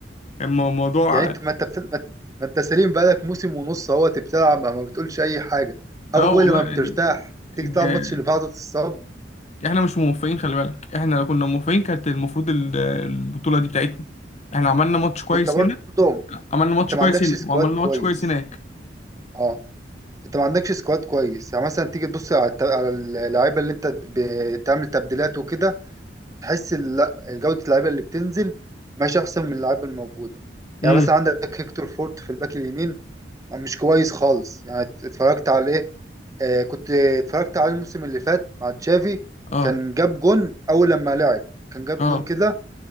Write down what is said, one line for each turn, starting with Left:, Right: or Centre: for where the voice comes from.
Left: اما الموضوع
Right: يعني أنت ما أنت بتل... ما ما أنت سليم بقالك موسم ونص أهو بتلعب ما ما بتقولش أي حاجة أول
Left: اه والله
Right: لما بترتاح
Left: يعني
Right: تيجي
Left: ده
Right: تلعب الماتش اللي بعده تتصاب
Left: احنا مش موفقين خلي بالك احنا لو كنا موفقين كانت المفروض ال- البطولة دي بتاعتنا احنا عملنا ماتش كويس
Right: وأنت برضه
Left: هنا عملنا ماتش
Right: أنت ما
Left: كويس
Right: عندكش
Left: هنا
Right: سكواد
Left: وعملنا
Right: كويس
Left: ماتش كويس هناك
Right: آه. انت ما عندكش سكواد كويس يعني مثلا تيجي تبص على الت- على اللعيبه اللي انت بتعمل تبديلات وكده تحس ال- لا جوده اللعيبه اللي بتنزل ماشي احسن من اللعيبه الموجوده يعني
Left: امم
Right: مثلا عندك هيكتور فورت في الباك اليمين مش كويس خالص يعني ات- اتفرجت عليه آه كنت اتفرجت على الموسم اللي فات مع تشافي
Left: اه
Right: كان جاب جون اول لما لعب كان جاب
Left: اه
Right: جون كده